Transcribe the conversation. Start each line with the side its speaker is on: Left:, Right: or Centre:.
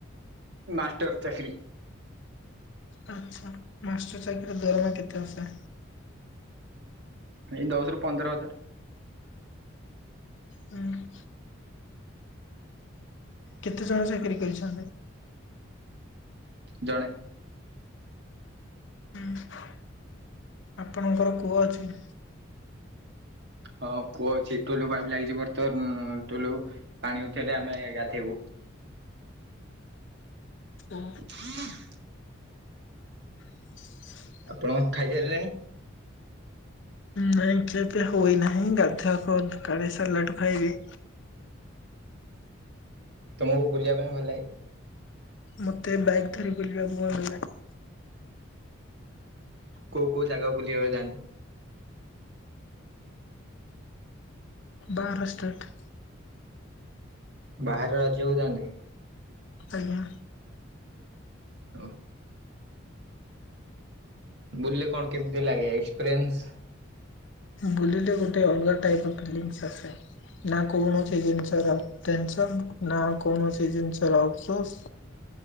Right: ମାଷ୍ଟର ଚାକିରି।
Left: ଆଛା, ମାଷ୍ଟର ଚାକିରି ର ଦରମା କେତେ ଆସେ?
Right: ଏଇ ଦଶ ରୁ ପନ୍ଦର ହଜାର।
Left: ହୁଁ। କେତେ ଜଣ ଚାକିରି କରିଛନ୍ତି?
Right: ଜଣେ।
Left: ହୁଁ, ଆପଣଙ୍କର କୁଅ ଅଛି?
Right: ହଁ କୁଅ ଅଛି ଟୁଲୁ ପାଇପ୍ ଲାଗିଛି ବର୍ତ୍ତମାନ ଟୁଲୁ ପାଣି ଉଠେଇଲେ ଆମେ ଗାଧେଇବୁ।
Left: ହୁଁ।
Right: <inaudible>
Left: <inaudible>
Right: ଆପଣ ଖାଇସାରିଲେଣି?
Left: ନାଇଁ ଖିଆପିଆ ହୋଇନାହିଁ ଗାଧୁଆକୁ ଗାଧେଇ ସାରିଲାଠୁ ଖାଇବି।
Right: ତମକୁ ବୁଲିବା ପାଇଁ ଭଲ ଲାଗେ?
Left: ମତେ ବାଇକ୍ ଧରି ବୁଲିବାକୁ ଭଲ ଲାଗେ।
Right: କୋଉ କୋଉ ଜାଗା ବୁଲିବାକୁ ଯାଆନ୍ତି?
Left: ବାହାର ଷ୍ଟେଟ୍।
Right: ବାହାର ରାଜ୍ୟକୁ ଯାଆନ୍ତି।
Left: ଆଜ୍ଞା।
Right: ଓ ବୁଲିଲେ କଣ କେମିତି ଲାଗେ ଏକ୍ସପ୍ରେନ୍ସ?
Left: ବୁଲିଲେ ଗୋଟେ ଅଲଗା ଟାଇପ୍ ଫିଲଙ୍ଗସ୍ ଆସେ ନା କୌଣସି ଜିନିଷର ଟେନସନ୍ ନା କୌଣସି ଜିନିଷର ଅଫସୋସ୍।